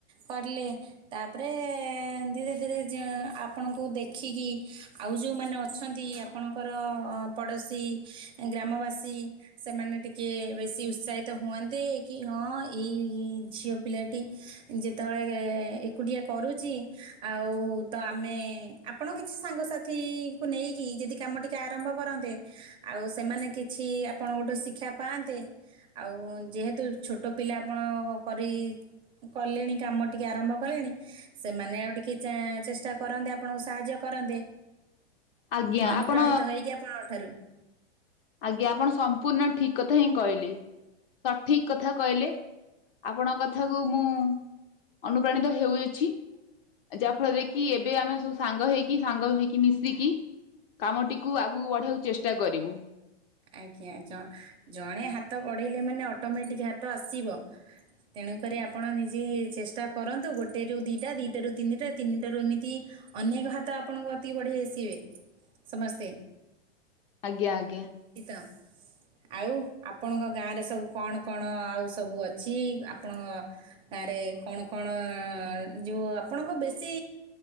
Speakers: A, on the right; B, on the left.
A: କଲେ ତାପରେ ଏ ଧୀରେ ଧୀରେ ଯେ ଆପଣଙ୍କୁ ଦେଖିକି ଆଉ ଯେଉଁମାନେ ଅଛନ୍ତି ଆପଣଙ୍କର ପଡ଼ୋଶୀ ଗ୍ରାମବାସୀ ସେମାନେ ଟିକେ ବେଶୀ ଉତ୍ସାହିତ ହୁଅନ୍ତେ କି ହଁ ଏଇ ଝିଅ ପିଲାଟି ଯେତେବେଳେ ଏକୁଟିଆ କରୁଛି ଆଉ ତ ଆମେ ଆପଣ କିଛି ସାଙ୍ଗସାଥିଙ୍କୁ ନେଇକି ଯଦି କାମ ଟିକେ ଆରମ୍ଭ କରନ୍ତୁ ଆଉ ସେମାନେ କିଛି ଆପଣ ଗୋଟେ ଶିକ୍ଷା ପାଆନ୍ତେ ଆଉ ଯେହେତୁ ଛୋଟ ପିଲା ଆପଣ କରି କଲେଣି କାମ ଟିକେ ଆରମ୍ଭ କଲେଣି ସେମାନେ ଆଉ ଟିକେ ଚେଷ୍ଟା କରନ୍ତି ଆପଣଙ୍କୁ ସାହାଯ୍ୟ
B: ଆଜ୍ଞା
A: ଅନୁପ୍ରାଣିତ
B: ଆପଣ
A: ହେଇକି ଆପଣଙ୍କ ଠାରୁ
B: ଆଜ୍ଞା ଆପଣ ସମ୍ପୂର୍ଣ୍ଣ ଠିକ କଥା ହିଁ କହିଲେ ସଠିକ କଥା କହିଲେ ଆପଣଙ୍କ କଥାକୁ ମୁଁ ଅନୁପ୍ରାଣିତ ହେଉଅଛି ଯାହା ଫଳରେ କି ଏବେ ଆମେ ସବୁ ସାଙ୍ଗ ହେଇକି ସାଙ୍ଗ ହେଇକି ମିଶିକି କାମଟିକୁ ଆଗକୁ ବଢେଇବାକୁ ଚେଷ୍ଟା କରିବୁ
A: ଆଜ୍ଞା ଜଣେ ହାତ ବଢେଇଲେ ମାନେ ଅଟୋମେଟିକ ହାତ ଆସିବ ତେଣୁକରି ଆପଣ ନିଜେ ଚେଷ୍ଟା କରନ୍ତୁ ଗୋଟେ ର ଦିଟା ଦିଟାରୁ ତିନିଟା ତିନିଟାରୁ ଏମିତି ଅନେକ ହାତ ଆପଣଙ୍କୁ ଅତି ବଢେଇ ଆସିବେ ସମସ୍ତେ
B: ଆଜ୍ଞା ଆଜ୍ଞା
A: ନା ଆଉ ଆପଣଙ୍କ ଗାଁ ରେ ସବୁ କଣ କଣ ଆଉ ସବୁ ଅଛି ଆପଣଙ୍କଁ କଣ କଣ ଯଉ ଆପଣଙ୍କ ବେଶୀ